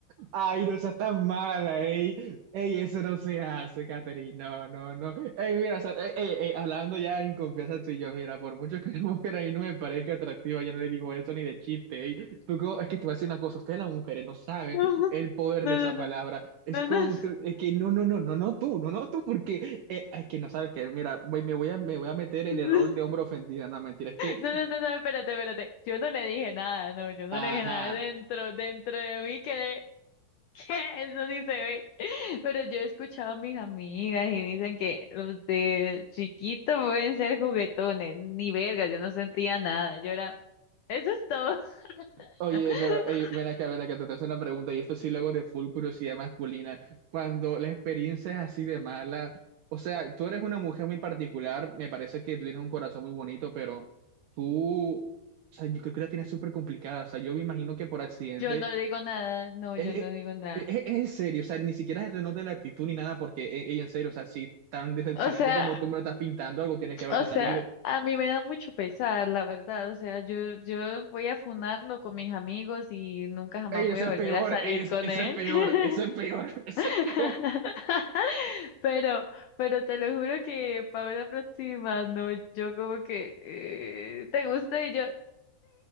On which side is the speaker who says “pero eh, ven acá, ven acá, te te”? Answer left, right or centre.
Right